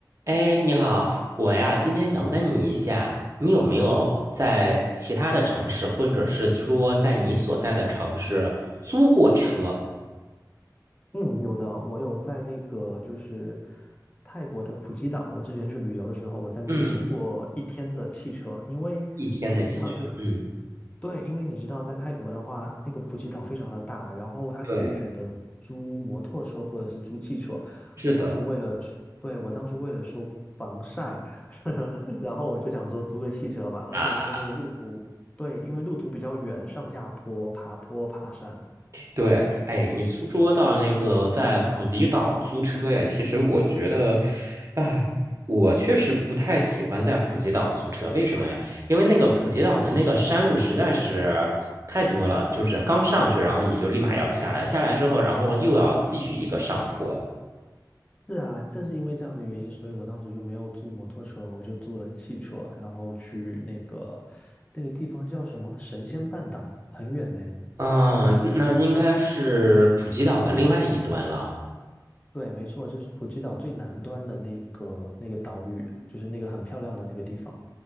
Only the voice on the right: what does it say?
哎，你好，我呀，今天想问你一下，你有没有在其他的城市，或者是说在你所在的城市租过车？
嗯，
一天的汽车。嗯，
对，是的。
啊。
对，哎，你说说到那个在普吉岛租车呀，其实我觉得，哎，我确实不太喜欢在普吉岛租车，为什么呀？因为那个普吉岛的那个山路实在是太多了，就是刚上去，然后你就立马要下来，下来之后，然后又要继续一个上坡，
嗯，那应该是普吉岛的另外一端了。